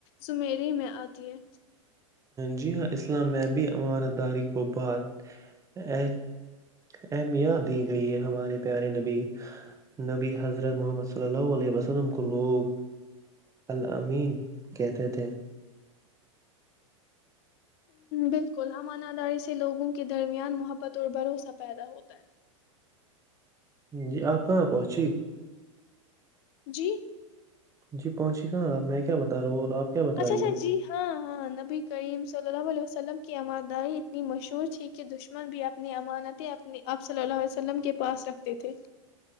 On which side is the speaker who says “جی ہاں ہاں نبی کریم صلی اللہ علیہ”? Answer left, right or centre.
Left